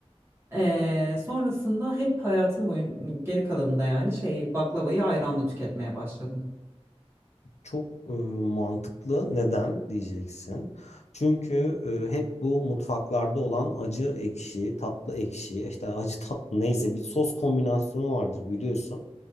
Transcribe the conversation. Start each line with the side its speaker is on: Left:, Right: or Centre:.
Right: E, sonrasında hep hayatım boyun geri kalanında yani şeyi baklavayı ayranla tüketmeye başladım.
Left: Çok e, mantıklı. Neden diyeceksin? Çünkü e, hep bu mutfaklarda olan acı ekşi, tatlı ekşi, işte acı tatlı neyse bir sos kombinasyonu vardır biliyorsun.